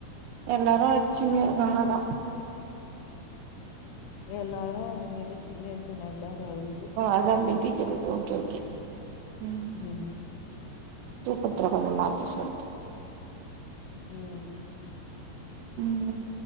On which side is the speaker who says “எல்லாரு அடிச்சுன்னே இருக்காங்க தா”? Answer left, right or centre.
Right